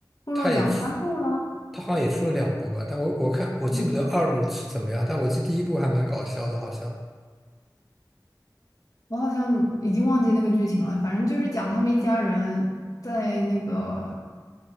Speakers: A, on the left; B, in the centre.
A: 出了两三部了，
B: 他也出，他好像也出了两部吧，但我我看我记不得二是怎么样，
A: 嗯，
B: 但我记得第一部还蛮搞笑的，好像。
A: 我好像已经忘记那个剧情了，反正就是讲他们一家人在那个